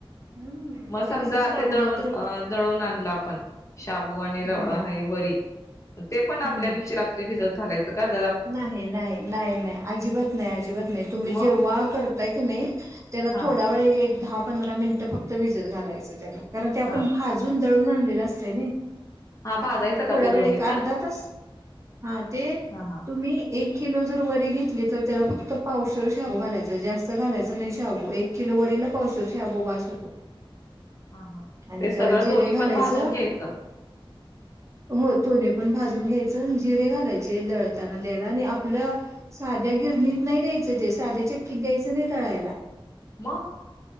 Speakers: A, on the right (about 30°); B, on the left (about 35°).
A: हम्म
B: मग समजा
A: कसं श्रावणात
B: ते दळून
A: तर
B: दळून आणल आपण शाबू आणि
A: हम्म
B: रवा हे वरी. ते पण आदल्या
A: हम्म
B: दिवशी रात्री भिजत घालायच का? ज
A: नाही नाही नाही नाही अजिबात नाही. अजिबात नाही. तुम्ही
B: मग
A: जेव्हा करताय की नाही त्याला
B: हा
A: थोडा वेळ एक दहा पंधरा मिनिट फक्त भिजत घालायच त्याला. कारण ते आपण
B: हा
A: भाजून दळून आणलेल असत नही.
B: हा भाजायचं
A: ते
B: का
A: थोडा वेळ
B: दोन्ही
A: एक अर्धा
B: पण
A: तास हा ते
B: हा हा
A: तुम्ही एक किलो जर वरी घेतली तर त्याला फक्त पावशेर शाबू घालायच. जास्त घालायच नाही शाबू. एक किलो वरीला पावशर शाबू बास होतो.
B: हा हा
A: आणि
B: ते सगळ
A: जरा जिरे
B: दोन्ही
A: घालायचं
B: पण भाजून घ्यायच.
A: हो थोनी पण भाजून घ्यायच. आणि जिरे घालायचे दळ दळतांना द्यायला, आणि आपल साध्या गिरणीत नाही द्यायच ते. साध्या चक्कीत द्यायच नाही दळायला.
B: मग